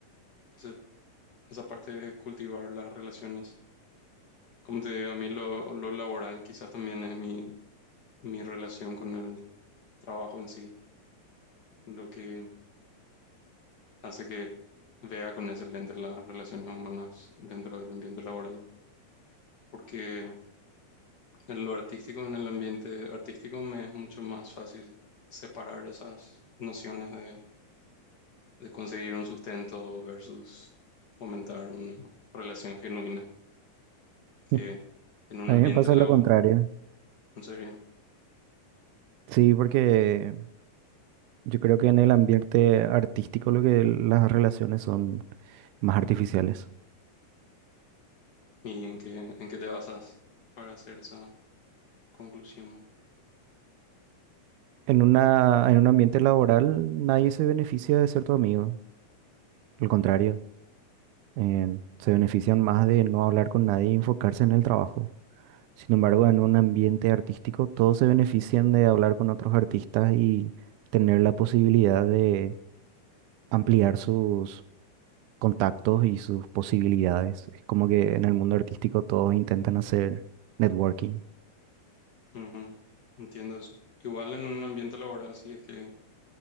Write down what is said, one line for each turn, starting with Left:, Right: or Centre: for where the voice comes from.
Left: ese- esa parte de cultivar las relaciones. Como te digo, a mí lo, lo laboral quizás también es mi, mi relación con el trabajo en sí, lo que hace que vea con ese lente las relaciones humanas dentro del ambiente laboral. Porque en lo artístico, en el ambiente artístico, me es mucho más fácil separar esas nociones de, de conseguir un sustento versus fomentar una relación genuina que
Right: <laughs>
Left: en un
Right: A
Left: ambiente
Right: mí me pasa
Left: laboral.
Right: lo contrario.
Left: En serio.
Right: Sí, porque yo creo que en el ambiente artístico lo que las relaciones son más artificiales.
Left: ¿Y en qué, en qué te basas para hacer esa conclusión?
Right: En una, en un ambiente laboral nadie se beneficia de ser tu amigo, al contrario, eh, se benefician más de no hablar con nadie y enfocarse en el trabajo. Sin embargo, en un ambiente artístico todos se benefician de hablar con otros artistas y tener la posibilidad de ampliar sus contactos y sus posibilidades. Es como que en el mundo artístico todos intentan hacer networking.
Left: Ujú, Entiendo eso. Igual en un ambiente laboral, si es que